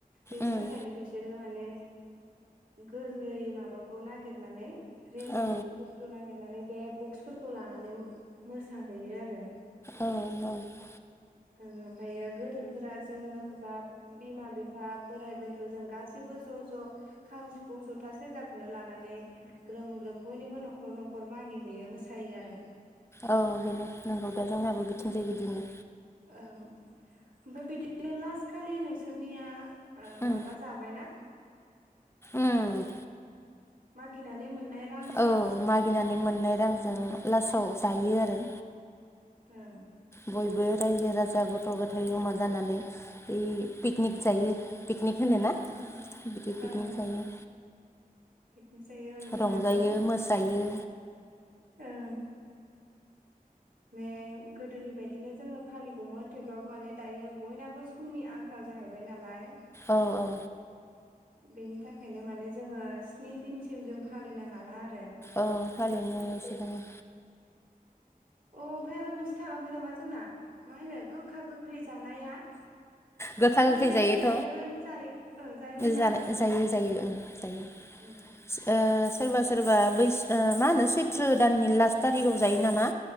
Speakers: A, on the right; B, on the left.
A: बेनि
B: उम
A: थाखायनो बिसोरो माने गोरलै माबाखौ नागिरनानै रेजें
B: औ
A: बुस्थु नागिरनानै बे बक्सफोरखौ लानानै मोसाहैयो आरो
B: औ औ
A: ओं ओमफायो गोदोरफोरा जोङो बा बिमा बिफा बोराइ बेन्थ' जों गासैबो ज' ज' खाम सिफुं जथा सेरजाखौनो लानानै ग्रोम ग्रोम बयनिबो न'खर न'खर मागि हैैयो मोसायो आरो
B: औ बेनो नंगौ दा जोंनाबो बिथिं जाय बिदिनो
A: ओं आमफाय बिदिनो लास्ट खालि नोंसोरनिआ ओ
B: उम
A: माबा जाबायना
B: उम
A: ओ मागिनानै मोननाय रांजों
B: औ मागिनानै मोननाय रांजों लासाव जायो आरो
A: ओं
B: बयबो रायजो राजा गथ' गथाय जमा जानानै इ पिकनिक जायो। पिकनिक होनोना
A: ओं ओं
B: बिदि पिकनिक
A: ओं
B: जायो।
A: पिकनिक जायो ओं जोंनाबो
B: रंजायो मोसायो।
A: ओं मे गोदोनि बायदिनो जोङो फालिगौमोन थेवब्लाबो माने दायो बयनाबो फुंनि आंखाल जाहैबाय नालाय
B: औ औ
A: बेनि थाखायनो माने जोङो स्नि दिनसिम जों फालिनो हाला आरो।
B: औ फलिनो सिगोन ओ
A: अ ओमफ्राय आरो मोनसे थालांबाय नामा जोंना मा होनो गोखा गोखै जानाया।
B: गोखा गोखै
A: ना बेखौ
B: जायोथ'
A: जायाना जायो ओं जायोमोन ना
B: जानाय जायो जायो ओं जायो
A: ओं
B: ओ सोरबा सोरबा बैसो मा होनो सैथ्र' दाननि लास्ट थारिखाव जायो नामा